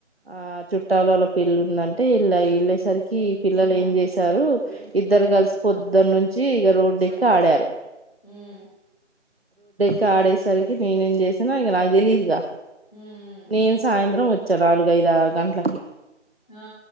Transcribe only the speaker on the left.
ఉమ్
ఉమ్
ఆ